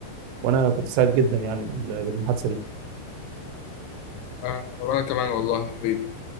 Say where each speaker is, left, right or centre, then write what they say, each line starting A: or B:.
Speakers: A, on the right; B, on the left.
A: وانا كنت سعيد جدا يعني بال- بالمحادثه دي
B: آه، وانا كمان والله حبيبي